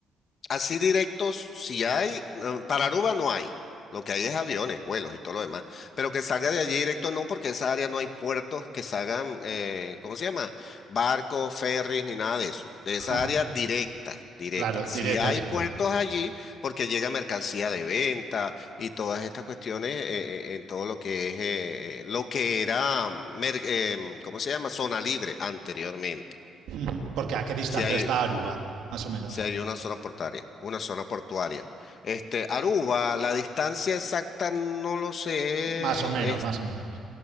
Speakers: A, on the left; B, on the right.
A: Así directos, si hay, no, para Aruba no hay. Lo que hay es aviones, vuelos y todo lo demás. Pero que salga de allí directo no, porque esa área no hay puertos que salgan, eh, ¿cómo se llama? Barcos, ferries, ni nada de eso. De
B: Ajá.
A: esa área directa, directa.
B: Claro, directo,
A: Si hay
B: eso
A: puertos
B: es lo que digo.
A: allí, porque llega mercancía de venta y todas estas cuestiones eh, eh, en todo lo que es, eh, eh, lo que era, mm, mer- em, ¿cómo se llama? Zona libre anteriormente.
B: Ujú, Porque a qué distancia
A: Si hay.
B: está Aruba, más o menos.
A: Sí, hay una zona portuaria, una zona portuaria. Este, Aruba, la distancia exacta no lo sé,
B: Más o menos,
A: es
B: más o menos.